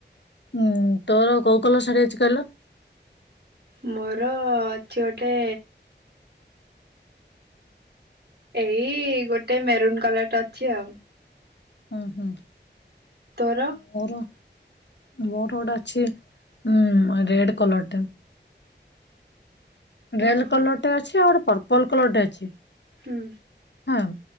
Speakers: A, on the left; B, on the right.
A: ହୁଁ ତୋର କୋଉ କଲର ଶାଢ଼ୀ ଅଛି କହିଲୁ।
B: ମୋର ଅଛି ଗୋଟେ ଏଇ ଗୋଟେ ମେରୁନ୍ କଲରଟେ ଅଛି ଆଉ
A: ହୁଁ ହୁଁ
B: ତୋର?
A: ମୋର। ମୋର ଗୋଟେ ଅଛି ଉଁ ରେଡ କଲର ଟେ
B: ହଁ
A: ରେଲ
B: ହୋ
A: କଲରଟେ ଅଛି ଆଉ ଗୋଟେ ପର୍ପଲ କଲରଟେ ଅଛି
B: ହୁଁ।
A: ଆଉ